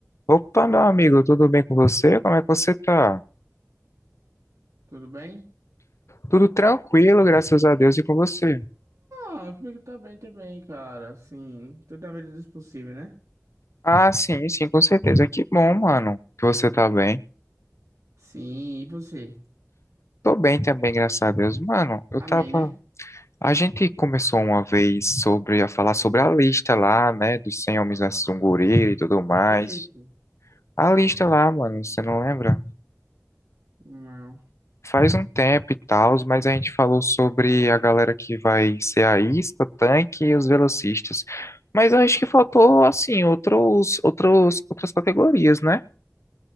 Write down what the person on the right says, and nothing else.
Tudo bem?
Ah, comigo tá bem também, cara. Assim, toda a medida do possível, né?
Sim, e você?
Amém,
né?
Que lindo.
Não.